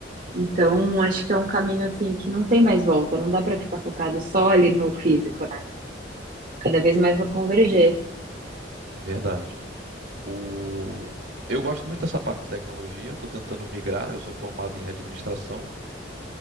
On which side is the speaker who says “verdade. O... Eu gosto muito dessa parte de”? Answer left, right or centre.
Right